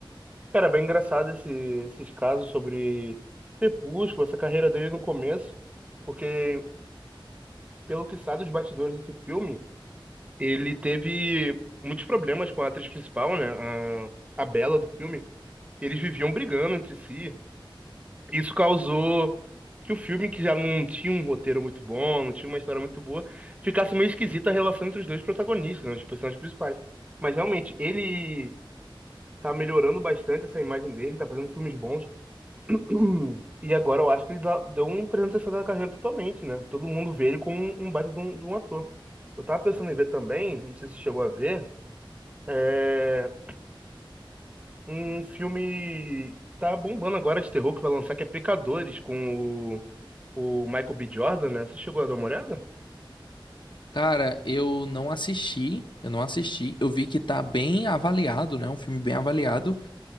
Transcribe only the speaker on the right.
Cara, é bem engraçado esse- esses casos sobre Crepúsculo, essa carreira dele no começo, porque, pelo que sabe dos bastidores desse filme, ele teve muitos problemas com a atriz principal, né, a, a Bella do filme, eles viviam brigando entre si. Isso causou que o filme, que já não tinha um roteiro muito bom, não tinha uma história muito boa, ficasse meio esquisita a relação entre os dois protagonistas, né, os personagens principais. Mas, realmente, ele tá melhorando bastante essa imagem dele, tá fazendo filmes bons. Hum, E agora eu acho que ele dá- deu um 360 na carreira totalmente, né? Todo mundo vê ele como um um baita de um, de um ator. Eu tava pensando em ver também, não sei se você chegou a ver, é, um filme que tá bombando agora de terror que vai lançar, que é Pecadores, com o, o Michael B. Jordan, né? Você chegou a dar uma olhada?